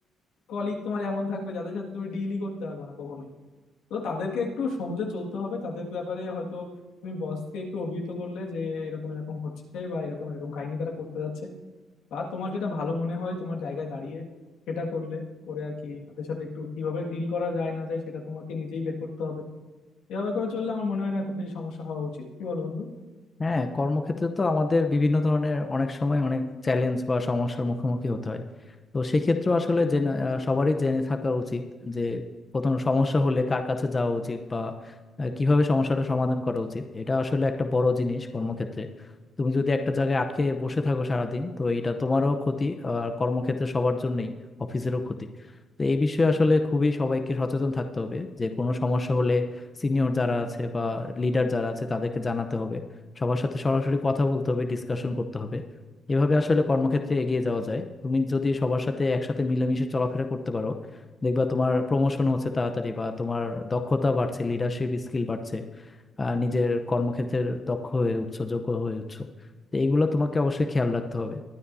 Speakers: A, on the left; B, on the left.
A: কলিগ তোমার এমন থাকবে যাদের সাথে তুমি ডিলই করতে পারবে না কখনোই তো তাদেরকে একটু সমঝে চলতে হবে তাদের ব্যাপারে হয়তো তুমি বসকে একটু অভিহিত করলে যে এরকম এরকম হচ্ছে বা এরকম এরকম কাহিনী তারা করতে যাচ্ছে বা তোমার যেটা ভালো মনে হয় তোমার জায়গায় দাঁড়িয়ে সেটা করলে করে আর কি তাদের সাথে একটু কিভাবে ডিল করা যায় না যায় সেটা তোমাকে নিজেই বের করতে হবে এভাবে করে চললে আমার মনে হয় না খুব বেশি সমস্যা হওয়া উচিত কি বলো বন্ধু
B: হ্যাঁ কর্মক্ষেত্রে তো আমাদের বিভিন্ন ধরনের অনেক সময় অনেক চ্যালেঞ্জ বা সমস্যার মুখোমুখি হতে হয় তো সেক্ষেত্রে আসলে জেনে আহ, সবারই জেনে থাকা উচিত যে কোনো সমস্যা হলে কার কাছে যাওয়া উচিত বা আহ, কিভাবে সমস্যাটা সমাধান করা উচিত এটা আসলে একটা বড় জিনিস কর্মক্ষেত্রে তুমি যদি একটা জায়গায় আটকে বসে থাকো সারাদিন তো এটা তোমারও ক্ষতি আর কর্মক্ষেত্রে সবার জন্যই অফিসেরও ক্ষতি তো এই বিষয়ে আসলে খুবই সবাইকে সচেতন থাকতে হবে যে কোনো সমস্যা হলে সিনিয়র যারা আছে বা লিডার যারা আছে তাদেরকে জানাতে হবে সবার সাথে সরাসরি কথা বলতে হবে ডিসকাশন করতে হবে এভাবে আসলে কর্মক্ষেত্রে এগিয়ে যাওয়া যায় তুমি যদি সবার সাথে একসাথে মিলেমিশে চলাফেরা করতে পারো দেখবা তোমার প্রমোশন হচ্ছে তাড়াতাড়ি বা তোমার দক্ষতা বাড়ছে লিডারশিপ স্কিল বাড়ছে আর নিজের কর্মক্ষেত্রের দক্ষ হয়ে উঠছো যোগ্য হয়ে উঠছো তো এইগুলো তোমাকে অবশ্যই খেয়াল রাখতে হবে